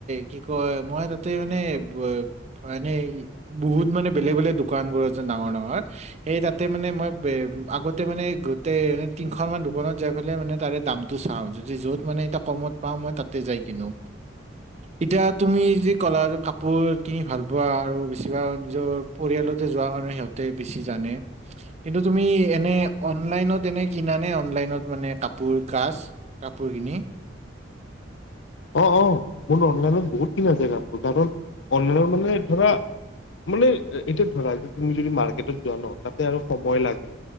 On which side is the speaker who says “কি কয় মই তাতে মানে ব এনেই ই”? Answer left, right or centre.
Right